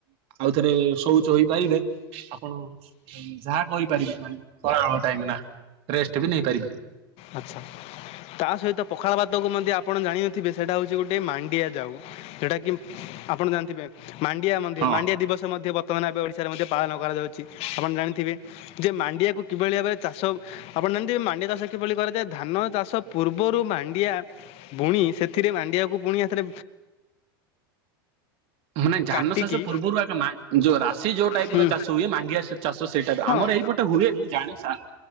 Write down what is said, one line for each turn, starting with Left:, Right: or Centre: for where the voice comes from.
Right: ଆଉ ଥରେ ଶୌଚ ହେଇପାରିବେ ଆପଣ ଯାହା କରିପାରିବେ ମାନେ <unintelligible> ରେଷ୍ଟ ବି ନେଇପାରିବେ।
Left: ଆଚ୍ଛା ତା ସହିତ ପଖାଳଭାତକୁ ମଧ୍ୟ ଆପଣ ଜାଣିନଥିବେ ସେଟା ହଉଚି ଗୋଟେ ମାଣ୍ଡିଆ ଯାଉ ସେଟା କି ଆପଣ ଜାଣିଥିବେ ମାଣ୍ଡିଆ ମଧ୍ୟ
Right: ହଁ
Left: ମାଣ୍ଡିଆ ଦିବସ ମଧ୍ୟ ବର୍ତ୍ତମାନ ଏବେ ଓଡ଼ିଶାରେ ମଧ୍ୟ ପାଳନ କରାଯାଉଛି। ଆପଣ ଜାଣିଥିବେ ଯେ ମାଣ୍ଡିଆକୁ କିଭଳି ଭାବରେ ଚାଷ ଆପଣ ଜାଣିଥିବେ ମାଣ୍ଡିଆ ଚାଷ କିଭଳି କରାଯାଏ ଧାନ ଚାଷ ପୂର୍ବରୁ ମାଣ୍ଡିଆ ବୁଣି ସେଥିରେ ମାଣ୍ଡିଆକୁ ପୁଣି ଏଥିରେ
Right: ମାନେ ଧାନ
Left: କାଟିକି
Right: ଚାଷ ପୂର୍ବରୁ ଆଗ ମାନ୍ ଯଉ ରାଶି ଯୋଉ ଟାଇପ
Left: ହୁଁ,
Right: ର ଚାଷ ହୁଏ ମାଣ୍ଡିଆ ସେ ଚାଷ ସେଇ ଟାଇପ୍ ର ଆମର
Left: ହଁ
Right: ଏଇପଟେ ହୁଏ ମୁଁ ଜାଣେ ସାର୍